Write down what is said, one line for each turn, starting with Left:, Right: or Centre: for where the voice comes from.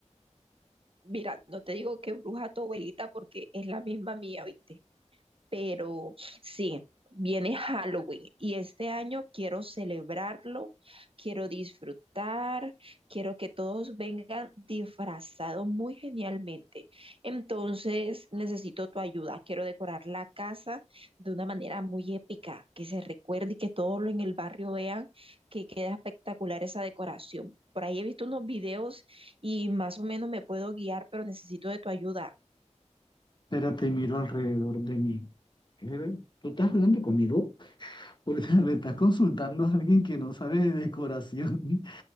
Right: Mira, no te digo que bruja tu abuelita porque es la misma mía, ¿viste? pero sí, viene Halloween y este año quiero celebrarlo, quiero disfrutar, quiero que todos vengan disfrazados muy genialmente. Entonces necesito tu ayuda, quiero decorar la casa de una manera muy épica, que se recuerde y que todos en el barrio vean que queda espectacular esa decoración. Por ahí he visto unos videos y más o menos me puedo guiar, pero necesito de tu ayuda.
Left: Espérate, miro alrededor de mí. ¿Qué? ¿Tú estás hablando conmigo? Porque <laughs> me estás consultando a alguien que no sabe de decoración. <laughs>